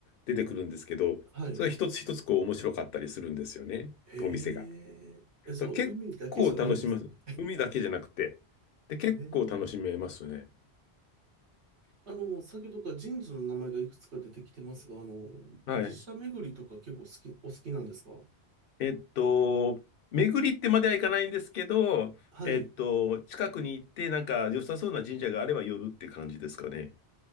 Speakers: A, on the left (about 60°); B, on the right (about 80°).
A: 出てくるんですけど、
B: はい。
A: それは一つ一つこう面白かったりするんですよね、
B: へえ。
A: お店が。だか
B: え、じゃあ、
A: ら結構楽しめます。
B: 海だけじゃないんですね。
A: 海だけじゃなくて。で、結構楽しめますね。
B: <laughs> へえ。あの、先ほどから神社の名前がいくつか出てきてますが、あの、
A: はい。
B: 寺社巡りとか結構好き、お好きなんですか
A: えっと、巡りってまではいかないんですけど、
B: はい。
A: えっと、近くに行って、なんか良さそうな神社があれば寄るって感じですかね。